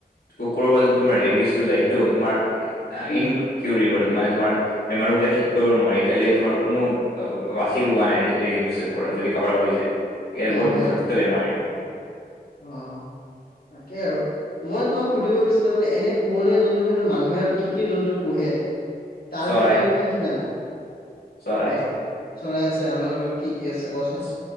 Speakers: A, on the left; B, on the left.
A: কুকুৰ বা যোন তোমাৰ ৰেবিচটো যায় সেইটো তোমাৰ
B: উম
A: ইন কিউৰিবুল মানে তোমাৰ বেমাৰো কেতিয়াও ঠিক কৰিব নোৱাৰি কেলে তোমাৰ কোনো বাচি লোৱা নাই এইৰ পৰা যদি কাৰোবাৰ হৈ যায় এইয়া
B: অ
A: বহুত
B: হয়
A: বিষাক্ত
B: হয়
A: বেমাৰ এইটো।
B: অ', তাকেই আৰু। মই তোমাক সুধিব বিচছিলো মানে এনে পোহনীয়া জন্তু ভিতৰত মানুহে আৰু কি কি জন্তু পোহে? তাৰ
A: চৰাই
B: বিষয়ে কি কি জানা
A: চৰাই
B: অ, চৰাই আছে আৰু কি কি আছে কোৱাচো
A: চ